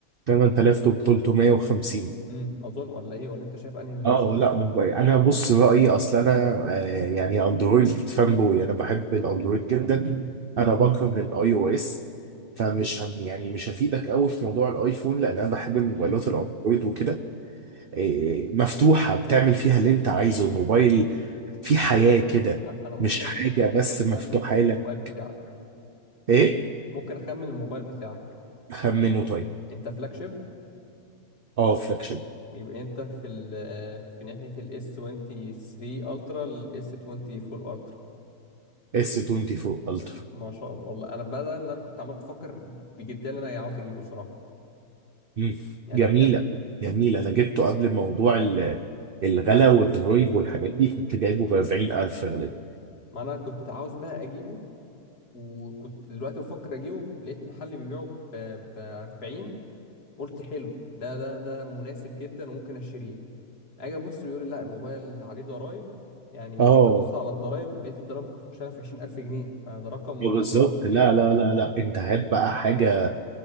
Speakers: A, on the right (about 55°); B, on the left (about 75°).
A: 8350
B: امم اظن ولا ايه ولا انت شايف انهي
A: اه
B: ال-
A: لا موبايل انا بص رأيي اصل انا آه، يعني اندرويد فان بوي انا بحب الاندرويد جدا انا بكره الاي او اس فمش هم يعني مش هفيدك قوي في موضوع الايفون لان انا بحب الموبايلات
B: امم
A: الاندرويد وكده إيه، مفتوحة بتعمل فيها اللي انت عايزه الموبايل في حياة كده
B: انا ممكن
A: مش حاجة
B: ممكن
A: بس
B: اخمن
A: مفتوحة
B: الموبايل
A: لك
B: بتاعك
A: ايه
B: ممكن اخمن الموبايل بتاعك
A: خمنه طيب
B: انت فلاج شيب
A: اه فلاكشن
B: يبقى انت في ال آه، في ناحية الاس 23 الترا الاس 24 الترا
A: اس 24 الترا
B: ما شاء الله والله انا بدل اللي انا كنت عمال بفكر بجدية اللي انا عاوز اجيبه صراحة
A: مم.
B: يعني
A: جميلة
B: ده بجد
A: جميلة انا جبته قبل موضوع ال- الغلا والضرايب
B: امم
A: والحاجات دي كنت جايبه ب 40000 غالبا
B: ما انا كنت عاوز بقى اجيبه وكنت دلوقتي بفكر اجيبه لقيت محل بيبيعه ب 40 قلت حلو ده ده ده مناسب جدا وممكن اشتريه اجي ابص بيقول لي لا الموبايل عليه ضرايب يعني
A: اه
B: جيت ابص على الضرايب لقيت الضرايب ممكن تخش لها في 20000 جنيه فده رقم
A: بالظبط
B: رقم
A: لا
B: غريب
A: لا لا لا انت هات بقى حاجة